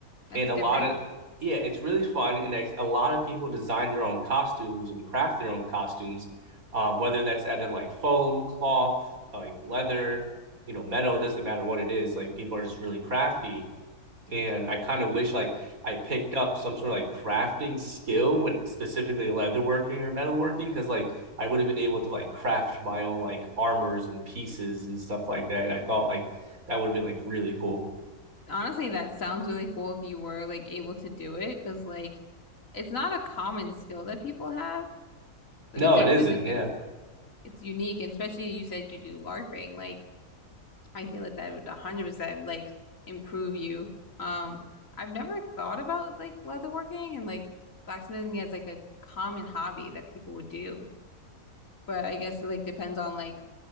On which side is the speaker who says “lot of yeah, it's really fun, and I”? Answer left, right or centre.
Right